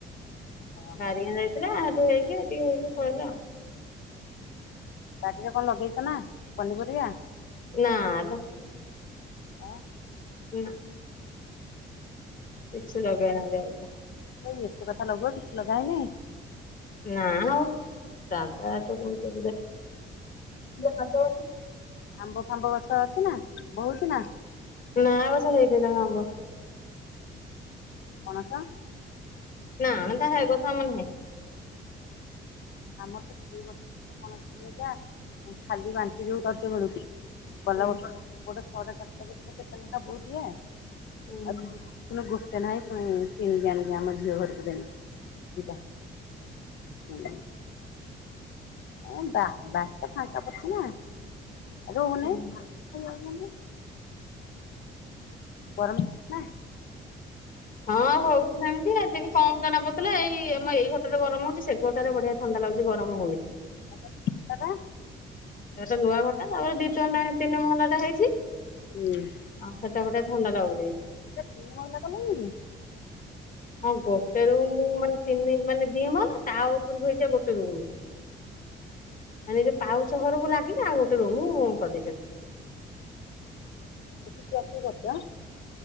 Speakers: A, on the left; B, on the left.
A: ଓହୋ
B: ବାରିଙ୍ଗା ଯାଇ ଥିଲା ହେଟି ହେଇକି ଏଠି ହେଇକି ପଳେଇଲା ଆଉ।
A: ବାଡିରେ କଣ ଲଗେଇଚ ନା ପନିପରିବା?
B: ନାଁ ଲୋ।
A: ଆଉ
B: ନାଁ। କିଛି ଲଗେଇ ନାହାନ୍ତି ଆଉ ଅପା।
A: ଆଉ ଏତେ କଥା ଲଗ କିଛି ଲଗା ହେଇନି।
B: ନା ଜାଗା ଏତେ କୋଉଠି <unintelligible>
A: ଆମ୍ବ ଫାମ୍ବ ଗଛ ଅଛି ନା ଆମ୍ବ ହୋଉଚି ନା?
B: ନାଁ ଏ ବର୍ଷ <unintelligible> ଆମ୍ବ।
A: ପଣସ?
B: ନାଁ ତ ହେ ଗଛ ଆମର ନାହିଁ।
A: ଆମର ତ ଦୁଇ ବର୍ଷ କେତେ କଣ ସବୁହେଲା ଖାଲି ବାଣ୍ଟି ଦଉ ରଜ ବେଳୁକୁ ଗଲା
B: ହୁଁ
A: ବର୍ଷ ଗୋଟେ ଛଅଟା ସାତଟା ଦେଖିବ କେତେ ନେଖା ବୋଉ ଦିଏ ଆଉ
B: ହୁଁ।
A: ପୁଣି ଗୋଟେ ନାହିଁ ପୁଣି କିଣିକି ଆଣିକି ଆମ ଝିଅ ଘରକୁ ଦେନି ଦିଟା। ହୁଁ। ଏ ବା ବାଡିଟା ଫାଙ୍କା ପଡିଚି ନା ରହୁନି
B: ହୁଁ।
A: ଖାଇଯାଉଚନ୍ତି। ଗରମ <unintelligible> ନା।
B: ହଁ ହଉଚି ସେମିତି ଆଜି ଟିକେ କମ ଜଣା ପଡ଼ୁଥିଲା ଏଇ ଆମ ଏଇ ଘରଟାରେ ଗରମ ହଉଚି ସେ ଘରଟାରେ ବଢିଆ ଥଣ୍ଡା ଲାଗୁଚି ଗରମ ହଉନି।
A: <unintelligible>
B: ହେଟା ତ ନୂଆ ଘରଟା ତାପରେ ଦି ତିନି ତିନି ମହଲା ଟା ହେଇଚି।
A: ପୁରା
B: ଆଉ ସେଟା ବଢିଆ ଥଣ୍ଡା ଲାଗୁଚି।
A: ସେଟା ତିନି ମହଲା କଲଣିକି?
B: ହଁ କୁହ ସେ ରୁମ୍ ମାନେ ତିନି ମାନେ ଦି ମହଲା ତା ଉପରକୁ ହେଇଚି ଗୋଟେ ରୁମ୍। ମାନେ ଜୋଉ ପାଉଚ ଘରକୁ ଲାଗିଲେ ଆଉ ଗୋଟେ ରୁମ ରୁମ କରିଦେଇଚନ୍ତି।
A: ସେଠି ଶୁଆ ସୁଇ କରିଚ ଆଁ?